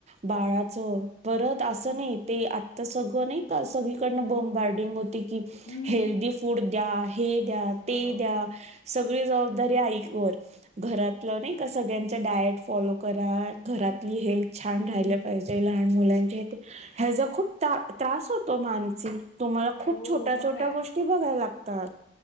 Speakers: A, on the right; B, on the left.
A: बाळा च परत असं
B: मग
A: नाही
B: काय
A: ते आता सगळं नाही क सगळीकडनं
B: हो
A: बॉम्ब बारडिंग होती कि
B: हम्म
A: हेल्दी फूड द्या. हे द्या.
B: हो
A: ते द्या. सगळी जबाब धरी आईक वर घरातलं नाही का? सगळ्याचे डायट फॉलो करा, घरातली हेल्थ छान
B: हम्म
A: राहिले पाहिजे, लहान मुलांचे ह्याचा खूप ताप- त्रास होतो मानसिक. तुम्हाला खूप
B: हो
A: छोट्या-छोट्या
B: मग काय
A: गोष्टी बघाय लागतात.